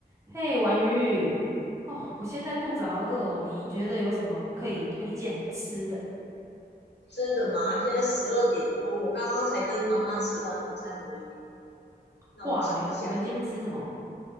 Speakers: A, on the right (about 15°); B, on the left (about 85°).
A: 嘿，婉瑜，哦，我现在肚子好饿哦，你觉得有什么可以推荐吃的？
B: 吃的嘛，现在十二点多，我刚刚才跟妈妈吃完午餐而已。那我想一下，
A: 哇，你们你们今天吃什么？